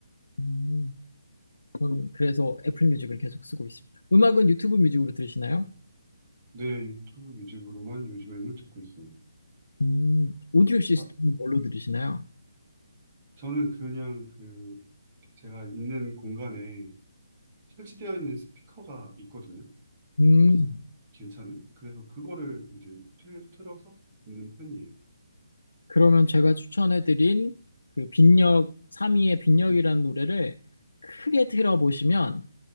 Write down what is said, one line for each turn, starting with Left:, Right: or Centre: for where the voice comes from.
Left: 음, 저는 그래서 애플 뮤직을 계속 쓰고 있습니다. 음악은 유튜브 뮤직으로 들으시나요?
Right: 네, 유튜브 뮤직으로만 요즘에는 듣고 있어요.
Left: 음, 오디오 시스템은
Right: 자,
Left: 뭘로 들으시나요?
Right: 저는 그냥 그, 제가 있는 공간에 설치되어 있는 스피커가 있거든요.
Left: 음,
Right: 그래도 괜찮은? 그래서 그거를 이제 틀, 틀어서 듣는 편이에요.
Left: 그러면 제가 추천해드린 그 빈력, 3위의 빈력이라는 노래를 크게 틀어보시면,